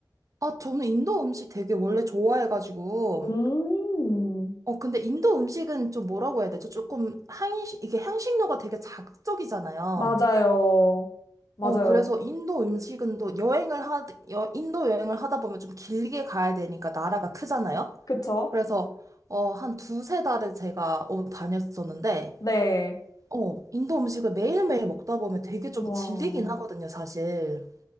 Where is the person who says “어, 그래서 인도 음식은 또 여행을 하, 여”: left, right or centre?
Right